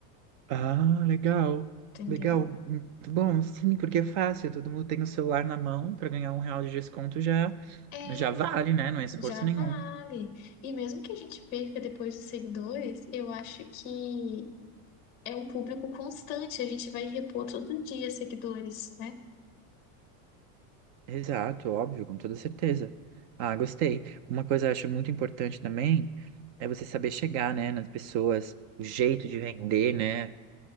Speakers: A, on the right; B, on the left.
A: Ah, legal.
B: Entendeu?
A: Legal, muito bom, sim, porque é fácil, todo mundo tem o celular na mão para ganhar um real de desconto já,
B: é
A: já vale, né? Não é esforço
B: Já
A: nenhum.
B: vale. E mesmo que a gente perca depois os seguidores, eu acho que é um público constante, a gente vai repor todo dia seguidores, né?
A: Exato, óbvio, com toda certeza. Ah, gostei. Uma coisa que eu acho muito importante também é você saber chegar, né, nas pessoas, o jeito de vender, né?